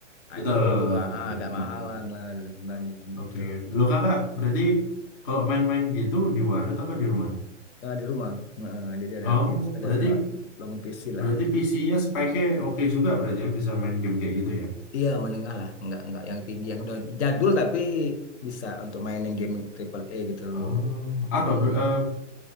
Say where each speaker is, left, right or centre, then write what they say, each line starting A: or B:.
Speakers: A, on the left; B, on the left.
A: Nah,
B: Betul,
A: itu ah,
B: betul,
A: ah, agak
B: betul.
A: mahalan
B: betul.
A: lah dibanding
B: Oke.
A: gitu.
B: Lo kakak, berarti kalau main-main gitu di warnet apa di rumah?
A: Ah, di rumah. Heeh, jadi ada
B: Oh,
A: PC, ada
B: berarti
A: ba- bangun PC lah.
B: berarti PC-nya speknya oke juga berarti ya bisa main game kayak gitu ya.
A: Iya, menengah lah, enggak enggak yang tinggi yang udah jadul tapi bisa untuk mainin game triple A gitu.
B: Oh, apa
A: Hmm.
B: ber- eh,